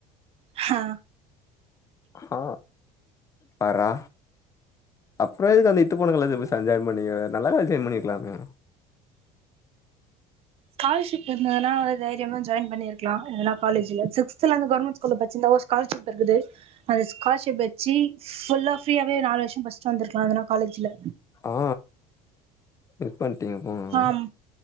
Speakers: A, on the right; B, on the left.
A: அஹா
B: ஆ பார்ரா அப்புறோ இதுக்கு அந்த இத்து போன காலேஜ்ல சா ஜாயின் பண்ணிங்க நல்லாவே எஜாயின் பண்ணிருக்கலாமே
A: கால்ஷுப்பு இருந்தன்னா தைரியமா ஜா ஜாயின் பண்ணிருக்கலா எங்குனா காலேஜ்ல சிக்ஸ்துலயிருந்து கவர்மெண்ட் ஸ் கூல்ல இப்ப சின்னவோஸ் காலர்ஷிப் இருக்குது அந்துஸ் கால்ஷுப்பு பெச்சி ஃபுல்லா ஃப்ரீவே நாலு வருஷ படிச்சு வந்தர்க்கலா எதனா காலேஜ்ல
B: ஆ மிஸ் பண்ட்டீங்க போங்க
A: ஆம்